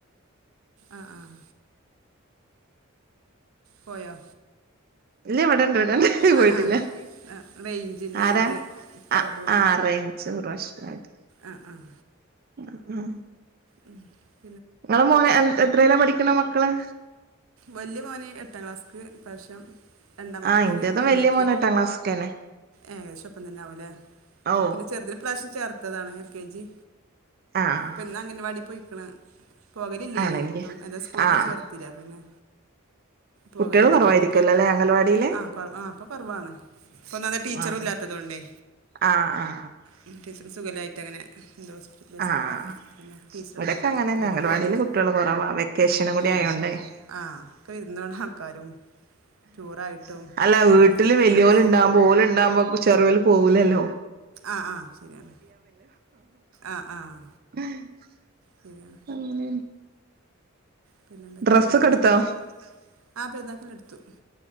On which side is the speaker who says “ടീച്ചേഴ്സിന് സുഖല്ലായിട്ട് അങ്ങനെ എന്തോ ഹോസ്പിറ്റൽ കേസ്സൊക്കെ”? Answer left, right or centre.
Right